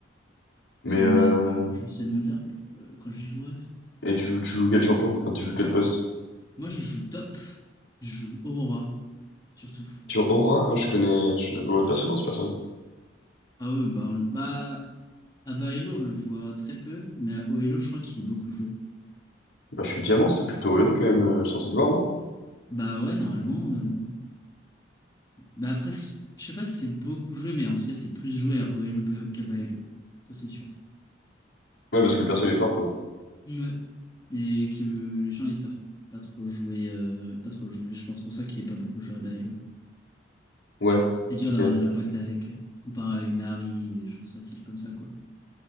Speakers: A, on the left (about 75°); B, on the left (about 20°).
A: Mais,
B: C'est mais,
A: euh,
B: mais je vais essayer de monter un peu euh, quand j'y jouerai.
A: et tu joues, tu joues quel champion? Enfin, tu joues quel poste?
B: Moi, je joue top. Je joue Aurora, surtout.
A: Tu joues Aura, hein, je connais, je le vois pas souvent, ce perso.
B: Ah ouais, bah, on- bah à Baello, on le voit très peu, mais à Oelo, je crois qu'il est beaucoup joué.
A: Bah, je suis diamant, c'est plutôt Elo, quand même, euh, censé le voir, non?
B: Bah ouais, normalement. euh, Bah après, c- je sais pas si c'est beaucoup joué, mais en tout cas, c'est plus joué à Oelo que- qu'à Baello. Ça, c'est sûr.
A: Ouais, parce que le perso, il est fort, quoi.
B: Ouais. Et que les gens, ils savent pas trop jouer, euh, pas trop le jouer. Je pense pour ça qu'il est pas beaucoup joué à Baello.
A: Ouais.
B: C'est dur
A: Ok.
B: d'avoir de l'impact avec, comparé à une Harry ou des choses faciles comme ça, quoi.